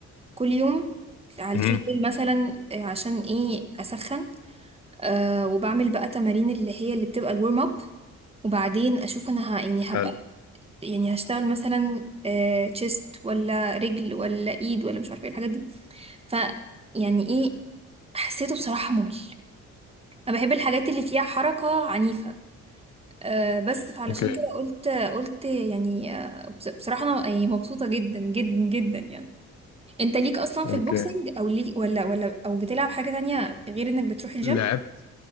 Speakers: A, on the right; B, on the left.
A: كل يوم على
B: مهم.
A: التريدميل مثلا آه، عشان ايه اسخن أه وبعمل بقى تمارين اللي هي اللي بتبقى الورم اب وبعدين اشوف انا ه... يعني هبقى
B: حلو
A: يعني هشتغل مثلا أه تشيست ولا رجل ولا ايد ولا مش عارفه ايه الحاجات دي ف يعني ايه حسيته بصراحه ممل انا بحب الحاجات اللي فيها حركه عنيفه أه بس فعلشان
B: اوكي
A: كده قلت قلت يعني آه، بص- بصراحه انا يعني مبسوطه جدا جدا جدا يعني انت ليك اصلا في
B: اوكي
A: البوكسنج او ليك ولا ولا او بتلعب حاجة تانية غير انك بتروح الجيم
B: لعبت